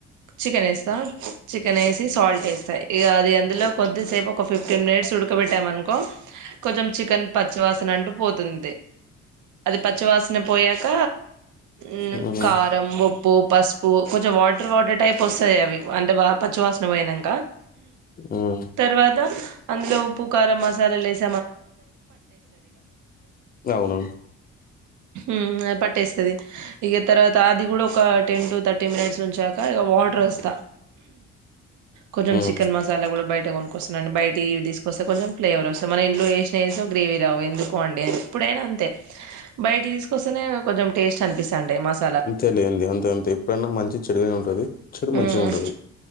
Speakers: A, on the right; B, on the left.
A: చికెన్ ఏస్తా చికెన్ ఏస్ ది సాల్ట్ ఏస్తాయ్ ఇక కాదు ఎందులో కొద్దిసేపు ఒక ఫిఫ్టీన్ మినిట్స్ ఉడకబెట్టామనుకో కొంచెం చికెన్ పచ్చివాసన అంటూ పోతుంది అది పచ్చివాసన పోయాక ఊ
B: ఉమ్,
A: కారం ఉప్పు పసుపు కొంచెం వాటర్ వాటర్ టైప్ వస్తాది అవి అంటే బా పచ్చివాసన నువ్వైనంకా
B: ఉమ్,
A: తర్వాత అందులో ఉప్పు కారం మసాలాలు లేసి
B: అవును
A: ఊ పట్టేస్తాది ఇక తర్వాత అది కూడా ఒక టెన్ టు థర్టీ మినిట్స్ ఉంచాక ఇక వాటర్ ఏస్తా కొంచెం
B: ఉమ్,
A: చికెన్ మసాలా కూడా బయట కొనుక్కొస్తానండి బయటివి తీసుకొస్తే కొంచెం ఫ్లేవర్ వస్తాది మన ఇంట్లో ఏసినఏసిన గ్రేవీ రావు ఎందుకో అండి ఎప్పుడైనా అంతే బయటి తీసుకొస్తేనే కొంచెం టేస్ట్ అనిపిస్తాదంతే మస
B: అంతేలేండి అంతే అంతే ఎప్పుడనా మంచి చెడుగానే ఉంటాది చెడు
A: హ్మ్
B: మంచిగా ఉంటాది